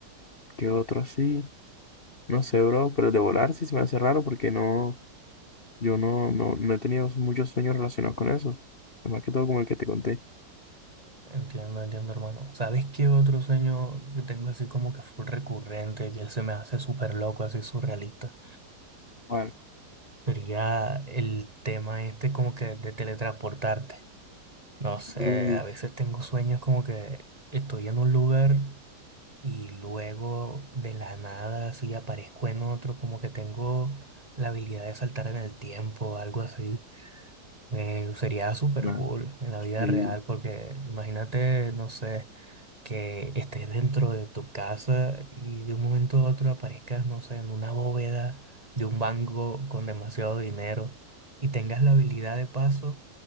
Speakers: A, on the left; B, on the right.
A: ¿qué otro así? No sé, bro, pero el de volar sí se me hace raro porque no, yo no, no, no he tenido muchos sueños relacionados con eso. Más que todo como el que te conté.
B: Entiendo, entiendo, hermano. ¿Sabes qué otro sueño que tengo así como que fue recurrente, que se me hace súper loco, así surrealista?
A: Bueno,
B: Sería el tema este como que de teletransportarte. No sé,
A: uh,
B: a veces tengo sueños como que estoy en un lugar y luego de la nada así aparezco en otro, como que tengo la habilidad de saltar en el tiempo o algo así. Eh, sería súper
A: no,
B: cool en la vida
A: sí.
B: real porque imagínate, no sé, que estés dentro de tu casa y de un momento a otro aparezcas, no sé, en una bóveda de un banco con demasiado dinero y tengas la habilidad de paso